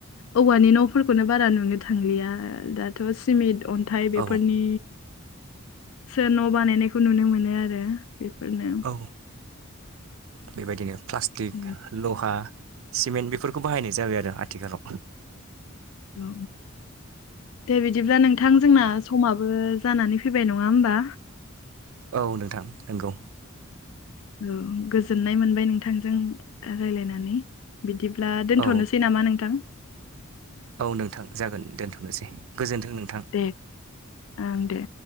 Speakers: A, on the left (about 75°); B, on the right (about 70°).
A: औवानि न'फोरखौनो बारा नुनो थांलिया दा। थ' सिमेन्ट अन्थाइ बेफोरनि
B: औ
A: सोर न' बानायनायखौ नुनो मोनो आरो बेफोरनो
B: औ बेबायदिनो प्लास्टिक
A: उम
B: लहा सिमेन्ट बेफोरखौ बाहायनाय जाबाय आरो आथिखालाव।
A: औ। दे बिदिब्ला नोंथां जोंना समाबो जानानै फैबाय नङा होमबा?
B: औ नोंथां नंगौ।
A: औ गोजोननाय मोनबाय नोंथांजों रायलायनानै। बिदिब्ला दोनथ'नोसै
B: औ
A: नामा नोंथां?
B: औ नोंथां जागोन दोनथ'नोसै गोजोन्थों नोंथां।
A: दे ओं दे।